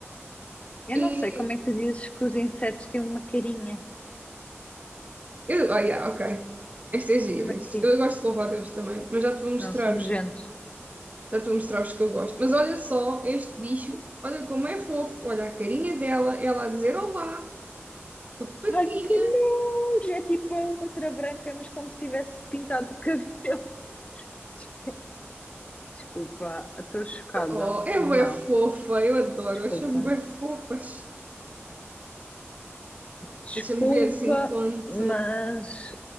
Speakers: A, on the left (about 25°); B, on the right (about 35°).
A: Eu
B: E.
A: não sei como é que tu dizes que os insetos têm uma carinha.
B: Eu, oh, yeah, ok. Esta é gira.
A: Uma quê?
B: este- Eu gosto de louvar a Deus também, mas já te vou mostrar
A: Não, são nojentos.
B: os, já te vou mostrar os que eu gosto. Mas olha só este bicho, olha como é fofo, olha a carinha dela, ela a dizer olá, com a patinha.
A: Ai, que nojo! É tipo a outra branca, mas como se tivesse pintado o cabelo. <laughs> Desculpa, estou chocada.
B: Oh, é
A: Não,
B: bué fofa, eu adoro,
A: desculpa.
B: acho-me bem fofas.
A: Desculpa,
B: Deixa-me ver assim quanto.
A: mas